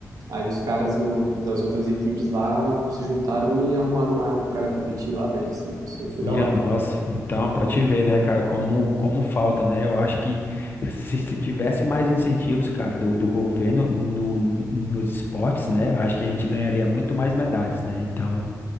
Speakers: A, on the right; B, on the left.
A: Aí os caras do, das outras equipes lá se juntaram e arrumaram uma arma pro cara competir lá, velho. Isso, isso aí foi
B: Minha
A: da hora.
B: nossa, então, para te ver, né, cara, como, como falta, né? Eu acho que se, se tivesse mais incentivos, cara, do, do governo no, nos esportes, né, acho que a gente ganharia muito mais medalhas, né? Então,